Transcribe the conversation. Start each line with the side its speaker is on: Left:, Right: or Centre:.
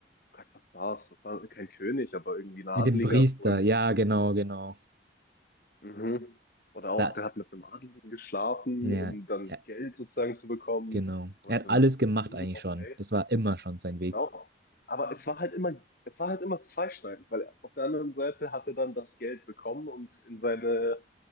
Left: Gott, was war's? Das war kein König, aber irgendwie ein Adliger,
Right: Mit dem Priester.
Left: wo er mit
Right: Ja,
Left: dem dann.
Right: genau, genau.
Left: Mhm. Oder auch,
Right: Da,
Left: der hat mit einem Adligen geschlafen,
Right: ja,
Left: um dann
Right: ja,
Left: Geld sozusagen zu bekommen.
Right: genau.
Left: Wo
Right: Er
Left: ich
Right: hat
Left: mir
Right: alles
Left: dachte,
Right: gemacht
Left: hm,
Right: eigentlich
Left: okay.
Right: schon. Das war immer schon sein
Left: Genau.
Right: Weg.
Left: Aber es war halt immer, es war halt immer zweischneidend, weil auf der anderen Seite hat er dann das Geld bekommen und in seine,